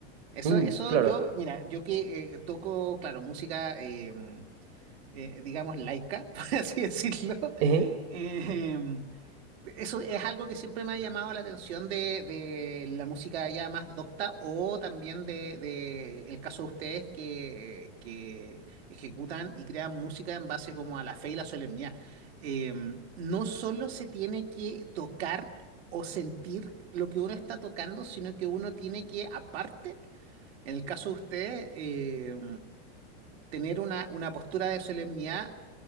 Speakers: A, on the right (about 65°); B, on the right (about 45°).
A: Eso,
B: Mm,
A: eso
B: claro.
A: yo, mira, yo que eh, toco, claro, música em, eh, digamos, laica, <laughs> por así decirlo.
B: Ejé.
A: Eh, eso es algo que siempre me ha llamado la atención de, de la música ya más docta o también de, de el caso de ustedes que, que ejecutan y crean música en base como a la fe y la solemnidad. Eh, no solo se tiene que tocar o sentir lo que uno está tocando, sino que uno tiene que, aparte, en el caso de ustedes, eh, tener una, una postura de solemnidad